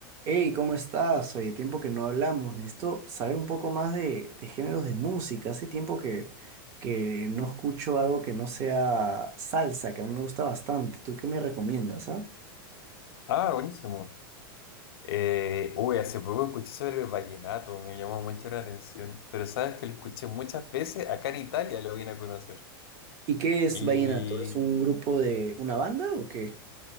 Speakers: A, on the right (about 20°); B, on the left (about 80°).
A: Hey, ¿cómo estás? Oye, tiempo que no hablamos. Necesito saber un poco más de, de géneros de música. Hace tiempo que, que no escucho algo que no sea salsa, que a mí me gusta bastante. ¿Tú qué me recomiendas, ah?
B: Ah, buenísimo. Eh, uy, hace poco escuché sobre el vallenato, me llamó mucho la atención, pero sabes que lo escuché muchas veces, acá en Italia lo vine a conocer.
A: ¿Y qué es
B: Y
A: vallenato? ¿Es un grupo de una banda o qué?